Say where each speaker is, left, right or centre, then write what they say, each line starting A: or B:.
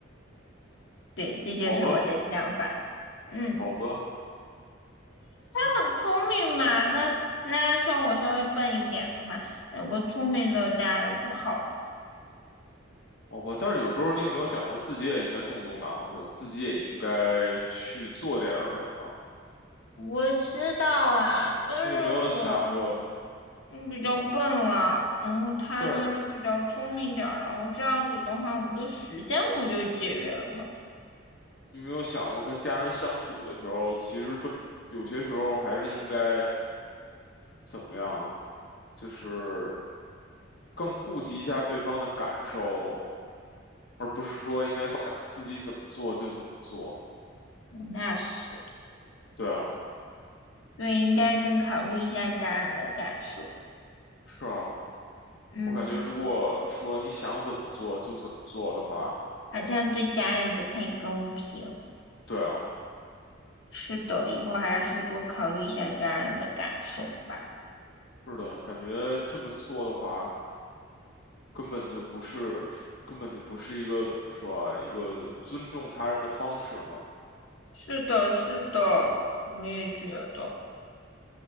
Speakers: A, on the left; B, on the left.
A: 对，这就是我的想法。
B: 好吧，
A: 嗯，
B: 好吧，嗯
A: 他很聪明嘛，那那像我稍微笨一点的话，有个聪明的家人不好。
B: 好吧。但是有时候你有没有想过，自己也应该动动脑子，自己也应该去做点儿什么？
A: 我知道啊，但是我
B: 你有没有想过
A: 嗯比较笨了，
B: 啊？
A: 然后他呢就比较聪明点儿，
B: 但是
A: 然后这样子的话，我们的时间不就节约了吗？
B: 有没有想过，跟家人相处的时候，其实这么有些时候还是应该怎么样？就是更顾及一下对方的感受，而不是说应该想自己怎么做就怎么做。
A: 那是。
B: 对啊，
A: 对，应该更考虑一下家人的感受。
B: 是啊，
A: 嗯，
B: 我感觉如果说你想怎么做就怎么做的话，
A: 好像对家人不太公平。
B: 对啊，
A: 是的，
B: 感
A: 以后还是多考虑一下家人的感受吧。
B: 是的，感觉这么做的话，根本就不是，根本就不是一个怎么说啊，一个尊重他人的方式嘛。
A: 是的，是的，我也觉得